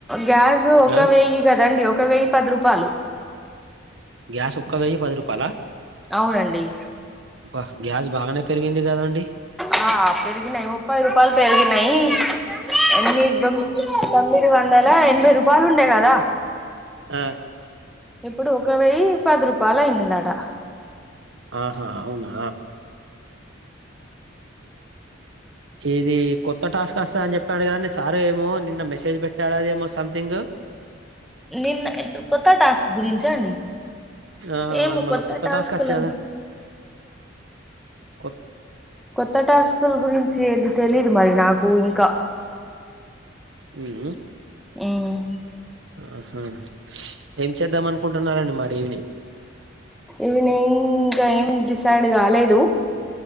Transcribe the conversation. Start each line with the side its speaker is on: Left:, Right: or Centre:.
Centre: గ్యాస్ ఒక
Right: ఆ
Centre: వెయ్యి కదండి. ఒక వెయ్యి పది రూపాయలు
Right: గ్యాస్ ఒక్క వెయ్యి పది రూపాయాల
Centre: అవునండి
Right: అబ్బా గ్యాస్ భాగనే పెరిగింది కదండి
Centre: ఆ పెరిగినాయి ముప్పై రూపాయలు పెరిగినాయి ఎన్ని తొమ్మిది వందల ఎనభై రూపాయలు ఉండేయి కదా
Right: ఆ
Centre: ఇప్పుడు ఒక వెయ్యి పది రూపాయలు అయింది దట
Right: ఆహా అవునా ఇది కొత్త టాస్క్ వస్తా అని చెప్పాడు కాండి సారు ఏమో నిన్న మెసేజ్ పెట్టాడు అదిమో సంథింగ్
Centre: నిన్న కొత్త టాస్క్ గురించ అండి
Right: ఆ
Centre: ఏమో
Right: మనం
Centre: కొత్త టాస్క్లా
Right: టాస్క్ వచ్చేద కొ
Centre: కొత్త టాస్కుల గురించి ఏది తెలీదు మరి నాకు ఇంకా
Right: ఉమ్ ఉ
Centre: ఉమ్
Right: ఆహా ఏం చేద్దాం అనుకుంటున్నారండి మరి ఈవినింగ్
Centre: ఈవినింగ్ ఏం డిసైడ్ కాలేదు.